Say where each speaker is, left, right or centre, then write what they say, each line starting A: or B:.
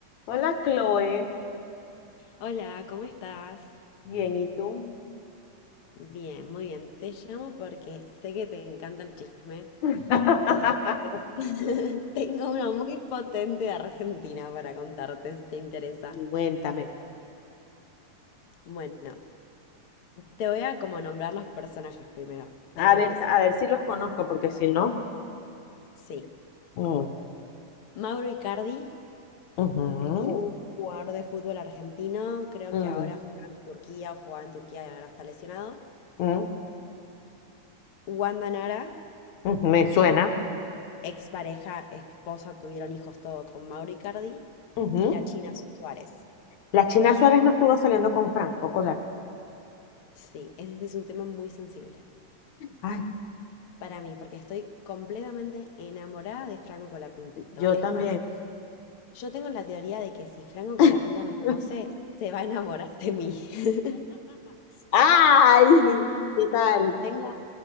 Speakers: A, on the left; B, on the left.
A: Hola, Chloe.
B: Hola, ¿cómo estás?
A: Bien, ¿y tú?
B: Bien, muy bien. Te llamo porque sé que te encanta el chisme
A: <laughs>
B: y <laughs> tengo uno muy potente de Argentina para contarte si te interesa.
A: Cuéntame.
B: Bueno, te voy a como nombrar los personajes primero. Tenemos,
A: A ver, a ver si los conozco, porque si no.
B: sí,
A: Mm,
B: Mauro Icardi,
A: ujú,
B: ju- jugador de fútbol argentino, creo
A: mm,
B: que ahora juega en Turquía o jugaba en Turquía y ahora está lesionado.
A: mm,
B: Wanda Nara,
A: mm, me suena.
B: expareja, esposa, tuvieron hijos todo con Mauro Icardi
A: ujú.
B: y la China Suárez.
A: La China Suárez no estuvo saliendo con Franco Colati.
B: Sí, ese es un tema muy sensible
A: Ay,
B: para mí, porque estoy completamente enamorada de Franco Colapinto.
A: yo
B: Es
A: también.
B: más, yo tengo la teoría de que si Franco
A: <laughs>
B: Colapinto me conoce, se va a enamorar de mí. <laughs>
A: ¡Ay! ¿Qué tal?
B: Tengo,